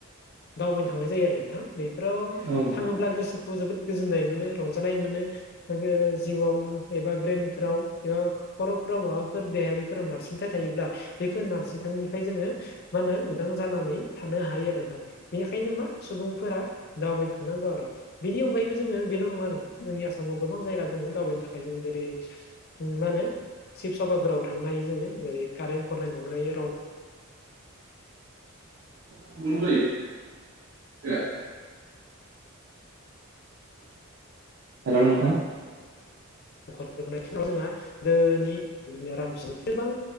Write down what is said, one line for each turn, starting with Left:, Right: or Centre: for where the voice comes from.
Left: दावबायनो थांनाय जायो आरो नोंथां। बेफोराव
Right: औ नोंथां।
Left: थाङोब्ला गोसोखौ जोबोद गोजोननाय मोनो रंजानाय मोनो। जिउआव एबा ब्रेनफ्राव एबा खर'फोराव माबाफोर देहायारिफोराव नारसिनथाय थायोब्ला बेफोर नारसिनथायनिफ्राय जोङो मा होनो उदां जानानै थानो हायो आरो दा बेनिखायनो मा सुबुंफोरा दावबायनो थांनांगौ आरो। बेनि अनगायैबो जोङो बेल' नङा नोंथां जोंनि आसामाव गोबां जायगा दोङो दावबायनो थाखाय जों जेरै मा होनो शिबसागरफोरावबो थांनो हायो जोङो जेरै कारेन खर नायनो थांनो हायो रं
Right: <unintelligible> हेल' नोंथां।
Left: <unintelligible> जोंहा दोनि बिदिनो रामसि सोरबां